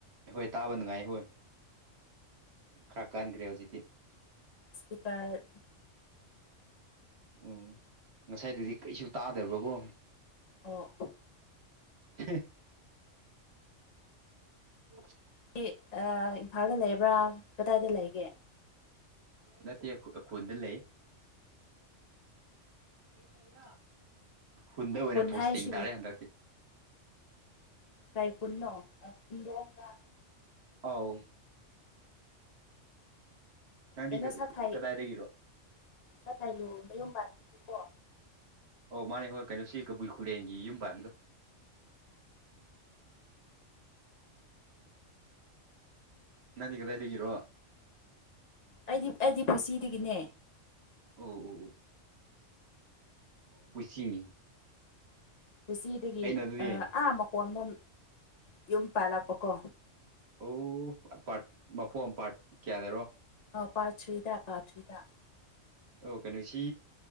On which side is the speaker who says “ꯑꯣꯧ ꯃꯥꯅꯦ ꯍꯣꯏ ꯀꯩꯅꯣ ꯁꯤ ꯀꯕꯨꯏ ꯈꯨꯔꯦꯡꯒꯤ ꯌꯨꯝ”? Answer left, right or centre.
Right